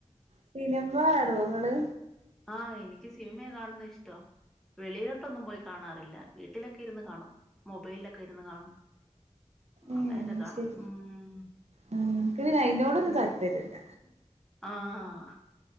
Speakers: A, on the right (about 65°); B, in the centre.
A: സിനിമ കാണോ ങ്ങള്
B: ആ എനിക്ക് സിനിമ കാണുന്ന ഇഷ്ടാ. വെളിയിലോട്ടൊന്നും പോയികാണാറില്ല. വീട്ടിലൊക്കെ ഇരുന്ന് കാണും മൊബൈ ലൊക്കെ ഇരുന്ന് കാണും
A: ഏഹ്
B: അങ്ങനെയൊക്കെ
A: അഹ്
B: കാണും
A: ശരി
B: ഉം
A: മ് ഇൻക്ക് പിന്നെ അയിനോടൊന്നും
B: പിന്നെ
A: താൽപര്യല്ല.
B: ആഹ്